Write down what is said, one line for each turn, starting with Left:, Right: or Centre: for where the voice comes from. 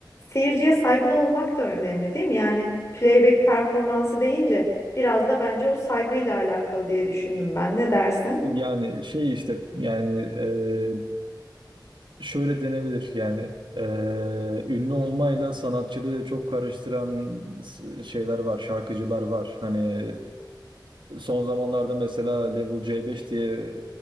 Left: seyirciye saygılı olmak da önemli değil mi? Yani playback performansı deyince biraz da bence o saygıyla alakalı diye düşündüm ben. Ne dersin?
Right: yani şey işte yani e, şöyle denebilir yani e, ünlü olmayla sanatçılığı çok karıştıran s- şeyler var, şarkıcılar var. Hani Son zamanlarda mesela Level C5 diye